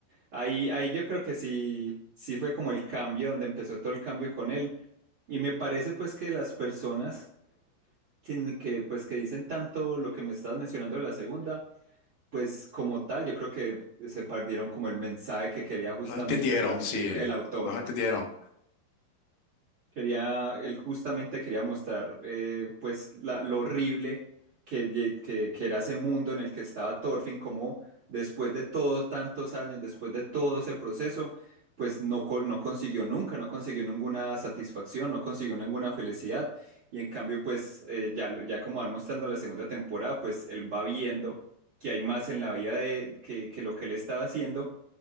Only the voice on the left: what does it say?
No entendieron,
sí,
no lo entendieron.